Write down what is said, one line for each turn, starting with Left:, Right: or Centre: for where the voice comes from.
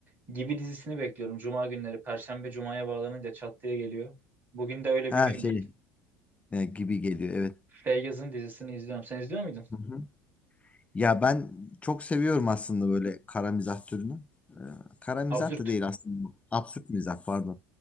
Right: Gibi dizisini bekliyorum. Cuma günleri. Perşembe Cuma'ya bağlanınca çat diye geliyor. Bugün de öyle
Left: Her
Right: bir gün
Left: şey
Right: değil.
Left: e, gibi geliyor evet.
Right: Feyyaz'ın dizisini izliyorum. Sen izliyor muydun?
Left: Hı hı. Ya ben çok seviyorum aslında böyle kara mizah türünü. Ee, kara mizah
Right: Absürt.
Left: da değil aslında. bu. Absürt mizah pardon.